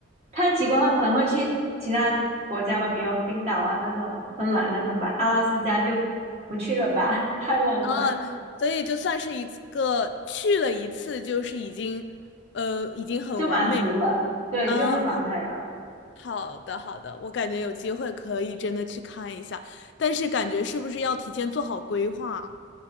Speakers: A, on the right; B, on the left.
A: 看极光的话，可能会去其他国家吧，比如冰岛啊这种、芬兰那种吧，阿拉斯加就不去了吧，<laughs> 太冷了，
B: 啊，所以就算是一次个去了一次，就是已经呃已经很完美
A: 就满足了，对，
B: 嗯，
A: 就很完美了。
B: 好的，好的，我感觉有机会可以真的去看一下，但是感觉是不是要提前做好规划啊？